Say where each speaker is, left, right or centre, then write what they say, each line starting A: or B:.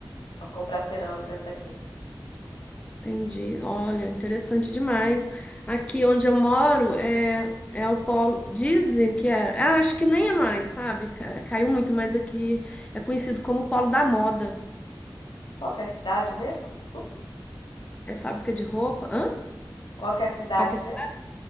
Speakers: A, on the left; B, on the left.
A: pra comprar cerâmicas daqui.
B: entendi. Olha, interessante demais. Aqui onde eu moro é, é o polo. Dizem que é. ah, acho que nem é mais, sabe? Ca- Caiu muito, mas aqui é conhecido como polo da moda.
A: Qual que é a cidade mesmo? Desculpa.
B: É fábrica de roupa. Hã?
A: Qual que é a cidade
B: Qual que é a cidade?
A: mesmo?